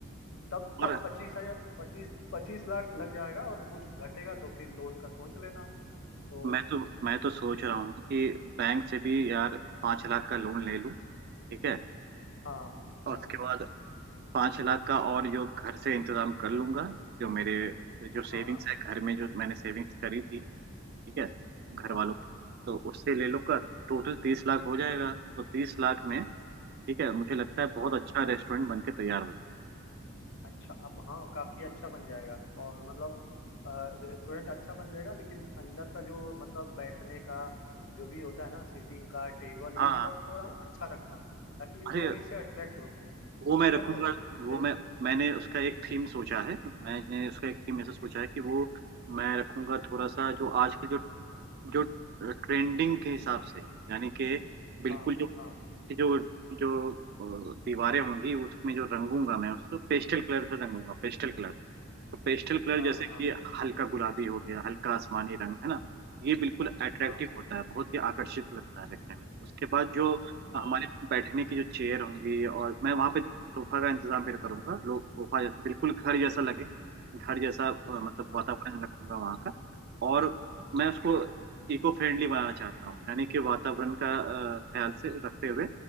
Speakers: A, on the left; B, on the right.
A: तब तब
B: और
A: पच्चीस हजार पच्चीस पच्चीस लाख लग जाएगा और कुछ घटेगा तो फिर लोन का सोच लेना तो
B: मैं तो मैं तो सोच रहा
A: मतलब
B: हूँ कि बैंक से भी यार पाँच लाख का लोन ले लूँ ठीक है
A: हाँ
B: और
A: हाँ
B: उसके बाद पाँच लाख का और जो घर से इंतजाम कर लूंगा जो मेरे जो सेविंग्स
A: हाँ
B: है घर में जो मैंने सेविंग्स करी थी ठीक है घर
A: हाँ
B: वालों की तो उससे ले लूंगा टोटल तीस लाख हो जाएगा तो तीस लाख में ठीक है मुझे लगता है बहुत
A: हाँ
B: अच्छा रेस्टोरेंट बन के तैयार हो जाएगा
A: अच्छा अब हाँ काफी अच्छा बन जाएगा और मतलब रेस्टोरेंट अच्छा बन जाएगा लेकिन अंदर का जो मतलब बैठने का जो भी होता है ना सीटिंग का टेबल ये
B: हाँ
A: सब थोड़ा अच्छा रखना ताकि लोग
B: अरे
A: इससे अट्रैक्ट होते हैं
B: वो मैं
A: समझ
B: रखूंगा
A: रहे हो इससे
B: वो मैं मैंने उसका एक थीम सोचा है मैंने उसका एक थीम ऐसा सोचा है कि वो मैं रखूंगा थोड़ा सा जो आज के जो जो ट्रेंडिंग के हिसाब से यानी कि बिल्कुल
A: हाँ
B: जो
A: हाँ
B: जो जो अ, दीवारें होंगी उसमें जो रंगूंगा मैं उसको पेस्टल कलर से रंगूंगा पेस्टल कलर तो पेस्टल कलर
A: हाँ
B: जैसे
A: हाँ
B: कि हल्का गुलाबी हो गया हल्का आसमानी रंग है ना ये बिल्कुल अट्रैक्टिव
A: हाँ
B: होता है बहुत ही आकर्षित लगता है देखने में उसके बाद जो
A: हाँ
B: हमारे बैठने की जो चेयर होंगी और मैं वहाँ पे सोफा का इंतजाम भी करूंगा लोग सोफा बिल्कुल घर जैसा लगे घर जैसा अ, मतलब
A: हाँ
B: वातावरण रखूंगा वहाँ का और मैं उसको
A: हाँ
B: इको फ्रेंडली बनाना चाहता हूँ यानी कि वातावरण का अ, ख्याल से रखते हुए